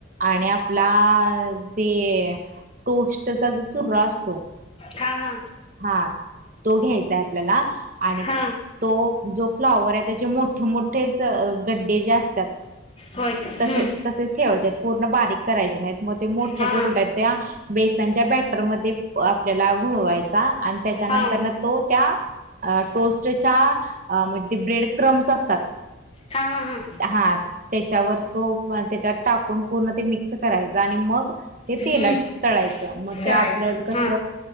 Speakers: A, on the right (about 45°); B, on the left (about 30°).
A: आणि आपला जे टोस्टचा जो चुर्र असतो
B: हा हा
A: हा तो घ्यायचाय आपल्याला आणि
B: हा
A: तो जो फ्लावर हाय त्याचे मोठे मोठेच गड्डे जे अस तात
B: होय का हम्म
A: तसे तसेच ठेवायचे पूर्ण बारीक करायचे नाहीत. मग ते मोठा
B: हा हा
A: ज गुड्डा त्या बेसनच्या बॅटरमध्य आपल्याला घोळवायचा आणि त्याच्यानंतर
B: हा
A: तो त्या टोस्टच्या आ म्हणजे ते ब्रेड क्रम्स असतात
B: हा हा हा.
A: हा त्याच्यावर तो त्याच्यात टाकून पूर्ण ते मिक्स करायचा आणि मग ते
B: हम्म
A: तेलात तळायच मग
B: तळायचं
A: त्या आपल्याला कस
B: हा